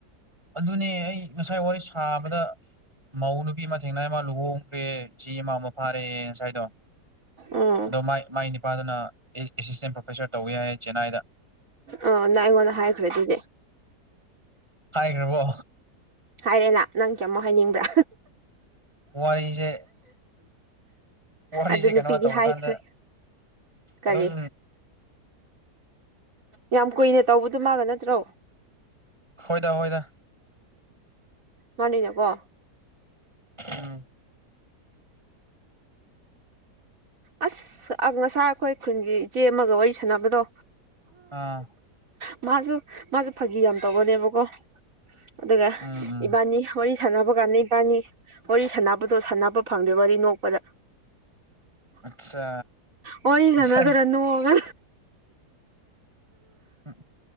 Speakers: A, on the right (about 15°); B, on the right (about 55°).
A: ꯑꯗꯨꯅꯦ ꯑꯩ ꯉꯁꯥꯏ ꯋꯥꯔꯤ ꯁꯥꯕꯗ ꯃꯧ ꯅꯨꯄꯤ ꯑꯃ ꯊꯦꯡꯅꯏ ꯑꯃ ꯂꯨꯍꯣꯡ ꯈꯦ ꯆ ꯑꯃꯃꯥꯎ ꯑꯃ ꯐꯥꯔꯦ ꯉꯁꯥꯏꯗꯣ
B: ꯎꯝ
A: ꯑꯗꯣ ꯃꯥꯏ ꯃꯥꯏꯅꯤ ꯅꯨꯄꯥꯗꯨꯅ ꯑꯦ ꯑꯦꯁꯤꯁꯇꯦꯟ ꯄ꯭ꯔꯣꯐꯦꯁꯔ ꯇꯧꯋꯦ ꯍꯥꯏ ꯆꯦꯟꯅꯥꯏꯗ
B: ꯑ ꯅꯪ ꯑꯩꯉꯣꯟꯗ ꯍꯥꯏꯈ꯭ꯔꯦ ꯑꯗꯨꯗꯤ
A: ꯔꯕꯣ
B: ꯍꯥꯏꯔꯦꯅ ꯅꯪ ꯀ ꯑꯃꯨꯛ ꯍꯥꯏꯅꯤꯡꯕ꯭ꯔꯥ
A: ꯋꯥꯔꯤꯁꯦ ꯋꯥꯔꯤꯁꯦ
B: ꯑꯗꯨ ꯅꯨꯄꯤꯗꯤ
A: ꯀꯩꯅꯣ ꯇꯧꯕ
B: ꯍꯥꯏꯈ꯭ꯔꯦ
A: ꯀꯥꯟꯗ
B: ꯀꯔꯤ
A: ꯑꯗꯨꯝ
B: ꯌꯥꯝ ꯀꯨꯏꯅ ꯇꯧꯕꯗꯨ ꯃꯥꯒ ꯅꯠꯇ꯭ꯔꯣ
A: ꯍꯣꯏꯗ ꯍꯣꯏꯗ
B: ꯃꯅ ꯀꯣ
A: ꯎꯝ
B: ꯑꯁ ꯉꯁꯥꯏ ꯑꯩꯈꯣꯏ ꯈꯨꯟꯒꯤ ꯏꯆꯦ ꯑꯃꯒ ꯋꯥꯔꯤ ꯁꯥꯟꯅꯕꯗꯣ
A: ꯑꯥ
B: ꯃꯥꯁꯨ ꯃꯥꯁꯨ ꯐꯥꯒꯤ ꯌꯥꯝ ꯇꯧꯕꯅꯦꯕꯀꯣ ꯑꯗꯨꯒ
A: ꯎꯝ ꯎꯝ
B: ꯏꯕꯥꯅꯤ ꯋꯥꯔꯤ ꯁꯥꯟꯅꯕ ꯀꯥꯟꯗ ꯏꯕꯥꯅꯤ ꯋꯥꯔꯤ ꯁꯥꯟꯅꯕꯗꯣ ꯁꯥꯟꯅꯕ ꯐꯪꯗꯦ ꯋꯥꯔꯤ ꯅꯣꯛꯄꯗ
A: ꯑꯠꯆꯥ
B: ꯋꯥꯔꯤ ꯁꯅꯗꯔ
A: ꯉꯁꯥꯏ
B: ꯅꯣꯒ
A: ꯎꯝ